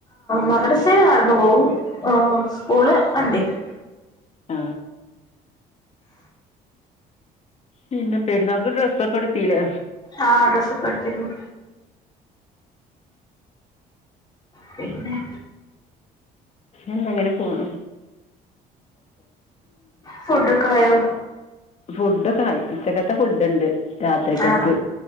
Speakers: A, on the left; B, on the left.
A: മദ്രസയില് നടന്ന്പോകും. ഓ സ്കൂള് വണ്ടിക്ക്
B: ആ പിന്നെ പെര്ന്നാക്ക് ഡ്രസ്സൊക്കെ ട്ത്തില്ലേ?
A: ആ ഡ്രസ്സൊക്കെ എടുത്തിരുന്നു പിന്നെ
B: എന്തെങ്ങനെ പോണു
A: <inaudible> ഫുഡക്കായോ
B: ഫുഡൊകായി ഉച്ചക്കത്തെ ഫുഡ് ണ്ട് രാത്രികക്ക്
A: ആ